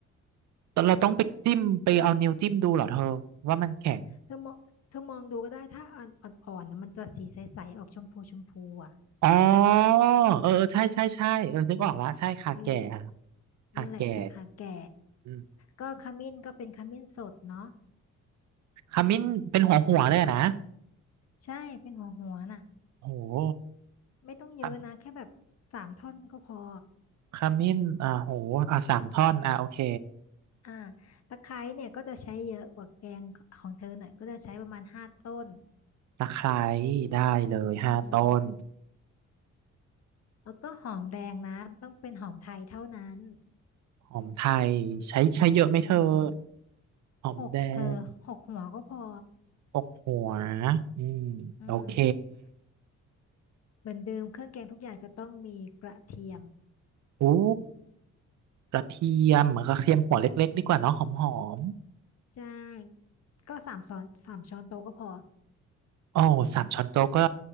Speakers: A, on the right (about 70°); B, on the left (about 55°).
A: แต่เราต้องไปจิ้มไปเอานิ้วจิ้มดูเหรอเธอว่ามันแข็ง
B: เธอมองเธอมองดูก็ได้ถ้าอ่อนอ่อนๆนะมันจะสีใสๆออกชมพูชมพูอ่ะ
A: อ๋อเออเออใช่ใช่ใช่เออนึกออกละใช่ข่าแก่อ่ะ
B: เออ
A: ข่าแก่
B: นั่นแหละใช้ข่าแก่
A: อืม
B: ก็ขมิ้นก็เป็นขมิ้นสดเนาะ
A: ขมิ้นเป็นหัวหัวเลยอะนะ
B: ใช่เป็นหัวหัวน่ะ
A: โอ้โ
B: ไม่ต้องเยอะนะแค่แบบสามท่อนก็พอ
A: ขขมิ้นอ่าโหอ่าสามท่อนอ่าโอเค
B: อ่าตะไคร้เนี่ยก็จะใช้เยอะกว่าแกงของเธอหน่อยก็จะใช้ประมาณห้าต้น
A: ตะไคร้ได้เลยห้าต้น
B: อืมแล้วก็หอมแดงนะต้องเป็นหอมไทยเท่านั้น
A: หอมไทยใช้ใช้เยอะไหมเธอ
B: อืม
A: หอมแดง
B: หกเธอหกหัวก็พอ
A: หกหัวอืมโอเค
B: อืมเหมือนเดิมเครื่องแกงทุกอย่างจะต้องมีกระเทียม
A: อู้กระเทียมกระเทียมหัวเล็กๆดีกว่าเนาะหอมหอม
B: ใช่ก็สามช้อนสามช้อนโต๊ะก็พอ
A: อ๋อสามช้อนโต๊ะก็